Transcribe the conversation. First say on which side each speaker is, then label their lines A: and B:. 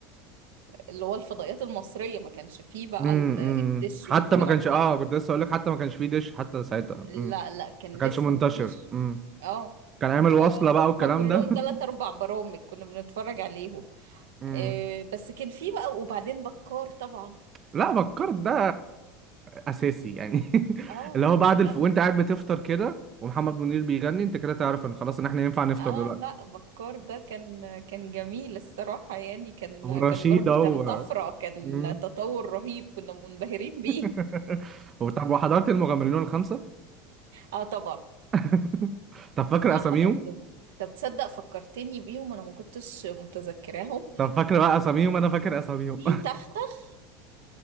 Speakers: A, on the right; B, on the right.
A: اللي هو الفضائيات المصرية ما كانش فيه بقى
B: امم
A: ال-
B: امم.
A: الدش
B: حتى
A: والكلام
B: ما كانش اه
A: ده
B: كنت لسه اقول لك حتى ما كانش فيه دش حتى ساعتها
A: لا
B: امم
A: لا كان
B: ما كانش
A: لسه
B: منتشر
A: ما فيش
B: امم
A: اه
B: كان عامل وصله
A: فهم
B: بقى والكلام
A: كلهم
B: ده <laughs>
A: تلات أربع برامج كنا بنتفرج عليهم
B: امم
A: آه بس كان فيه بقى وبعدين بكار طبعا
B: لا فكرت ده اساسي يعني <laughs>
A: اه
B: اللي هو بعد
A: لا
B: الف...
A: ما-
B: وانت قاعد بتفطر كده ومحمد منير بيغني انت كده تعرف ان خلاص ان احنا ينفع نفطر
A: اه
B: دلوقتي
A: لا بكار ده كان كان جميل الصراحة يعني كان
B: هو رشيد
A: كان برضو
B: هو
A: كان طفرة كان
B: مم.
A: تطور رهيب كنا منبهرين بيه
B: <laughs> هو طب وحضرت المغامرين الخمسة؟
A: اه طبعا
B: <laughs> طب فاكر
A: اه
B: أساميهم؟
A: حضرته طب تصدق فكرتني بيهم انا ما كنتش متذكراهم
B: طب فاكر بقى أساميهم أنا فاكر أساميهم
A: في تختخ